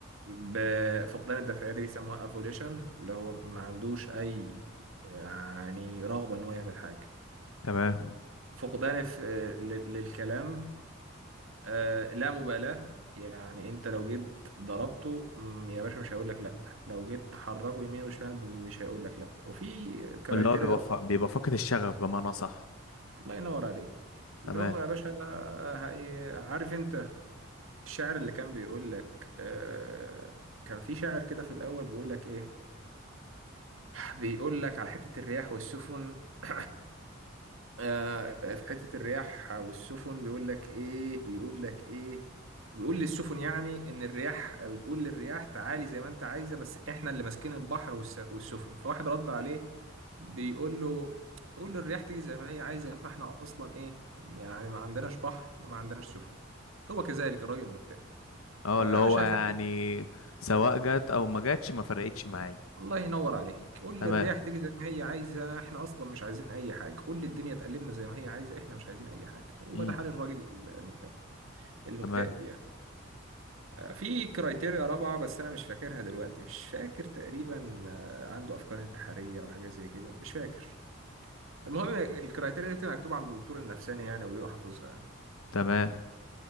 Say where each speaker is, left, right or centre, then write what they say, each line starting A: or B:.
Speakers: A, on the right; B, on the left.
A: ب- فقدان الدافعية دي بيسموها افوليشن اللي هو ما عندوش أي يعني رغبة إن هو يعمل حاجة
B: تمام
A: فقدان ف- ل- للكلام آه، لا مبالاة يعني انت لو جيت ضربته مم، يا باشا مش هيقول لك لا لو جيت تحركه يمين وشمال مش هيقول لك لا وفي كرايتيريا
B: اللي هو بيبقى فا- بيبقى فاقد الشغف بمعنى صح
A: الله ينور عليك
B: تمام
A: اللي هو يا باشا آه، هي- عارف انت الشعر اللي كان بيقول لك آه كان في شاعر كده في الأول بيقول لك إيه بيقول لك على حتة الرياح والسفن <coughs> آه في حتة الرياح والسفن بيقول لك إيه بيقول لك إيه بيقول للسفن يعني إن الرياح بتقول للرياح تعالي زي ما أنت عايزة بس إحنا اللي ماسكين البحر والس- والسفن فواحد رد عليه بيقول له قول للرياح تيجي زي ما هي عايزة فإحنا أصلا إيه يعني ما عندناش بحر وما عندناش سفن هو كذلك الراجل المكتئب
B: اه
A: آه،
B: اللي
A: يا
B: هو
A: باشا
B: يعني
A: هخلي
B: سواء جت او ما جاتش ما فرقتش معايا
A: الله ينور عليك قول لي
B: تمام
A: الرياح تيجي زي ما هي عايزه احنا اصلا مش عايزين اي حاجه قول لي الدنيا تقلبنا زي ما هي عايزه احنا مش عايزين اي حاجه وده
B: امم
A: حال الراجل المكتئب ده- المكتئب
B: تمام
A: يعني آه، في كرايتيريا رابعه بس انا مش فاكرها دلوقتي مش فاكر تقريبا آه، عنده افكار انتحاريه او حاجه زي كده مش فاكر المهم الكرايتيريا دي بتبقى مكتوبه عند الدكتور النفساني يعني وبيبقى حافظها يعني
B: تمام